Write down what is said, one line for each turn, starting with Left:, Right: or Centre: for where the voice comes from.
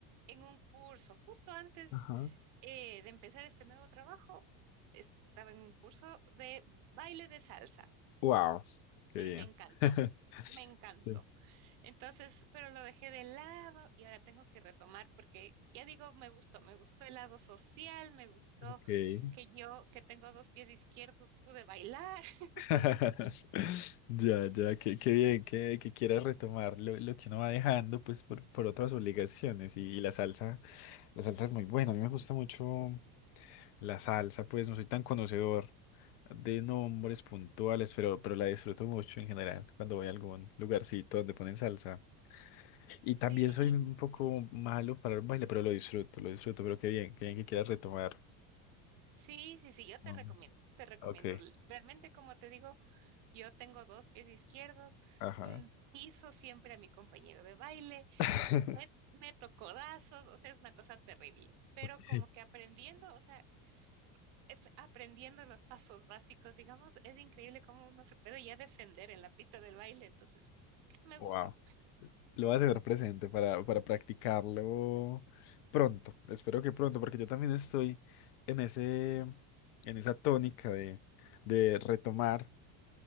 Right: en un curso justo antes
Left: Ajá.
Right: eh, de empezar este nuevo trabajo, estaba en un curso de baile de salsa
Left: Wow, qué
Right: y
Left: bien.
Right: me encantó,
Left: <laughs>
Right: me encantó.
Left: Sí.
Right: Entonces, pero lo dejé de lado y ahora tengo que retomar porque ya digo, me gustó, me gustó el lado social, me gustó
Left: Ok.
Right: que yo, que tengo dos pies izquierdos, pude bailar. <laughs>
Left: <laughs> Ya, ya, qué, qué bien que, que quieras retomar lo, lo que uno va dejando pues por, por otras obligaciones y, y la salsa, la salsa es muy buena, a mí me gusta mucho la salsa, pues no soy tan conocedor de nombres puntuales, pero, pero la disfruto mucho en general cuando voy a algún lugarcito donde ponen salsa. Y
Right: Sí,
Left: también soy un poco
Right: chévere.
Left: malo para el baile, pero lo disfruto, lo disfruto, pero qué bien, qué bien que quieras retomar.
Right: sí, sí, sí, yo te
Left: Um,
Right: recomiendo, te recomiendo.
Left: ok,
Right: L- Realmente, como te digo, yo tengo dos pies izquierdos,
Left: ajá.
Right: mm, piso siempre a mi compañero de baile,
Left: <laughs>
Right: l- me, meto codazos, o sea, es una cosa terrible, pero
Left: Ok.
Right: como que aprendiendo, o sea, ef- aprendiendo los pasos básicos, digamos, es increíble cómo uno se puede ya defender en la pista del baile. Entonces, <tsk> me
Left: Wow.
Right: gustó.
Left: Lo voy a tener presente para, para practicarlo pronto. Espero que pronto, porque yo también estoy en ese, en esa tónica de, de retomar